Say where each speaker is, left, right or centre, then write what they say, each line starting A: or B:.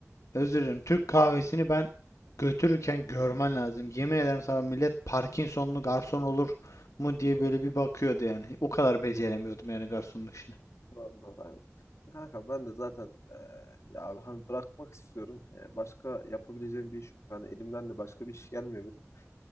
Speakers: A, on the left; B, on the left.
A: Özür
B: evet
A: dilerim. Türk kahvesini ben götürürken görmen lazım. Yemin ederim sana millet Parkinsonlu garson olur mu diye
B: Hı hı.
A: böyle bir bakıyordu yani. O kadar beceremiyordum yani garsonluk işini.
B: doğru doğru aynen. Kanka ben de zaten e, ya abi hani bırakmak istiyorum E, başka yapabileceğim bir iş yok yani elimden de başka bir iş gelmiyor benim